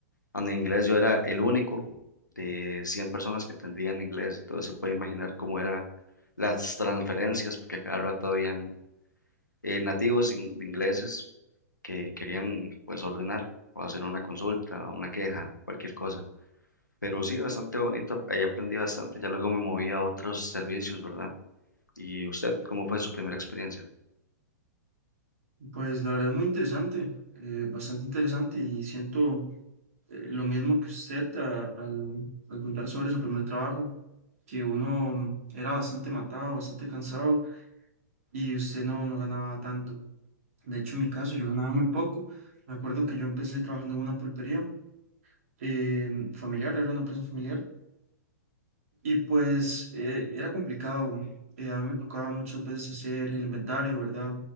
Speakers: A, on the left; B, on the right.
A: donde en inglés yo era el único de 100 personas que tendrían inglés, entonces se puede imaginar cómo eran las transferencias, porque a cada rato habían eh, nativos in- ingleses que querían pues ordenar o hacer una consulta, una queja, cualquier cosa. Pero sí, bastante bonito, ahí aprendí bastante, ya luego me moví a otros servicios, ¿verdad? ¿Y usted, cómo fue su primera experiencia?
B: Pues la verdad es muy interesante, eh, bastante interesante y siento eh, lo mismo que usted a- al, al contar sobre su primer trabajo, que uno era bastante matado, bastante cansado y usted no, no ganaba tanto. De hecho, en mi caso, yo ganaba muy poco. Me acuerdo que yo empecé trabajando en una pulpería eh, familiar, era una empresa familiar, y pues eh, era complicado. Eh, a mí me tocaba muchas veces hacer el inventario, ¿verdad?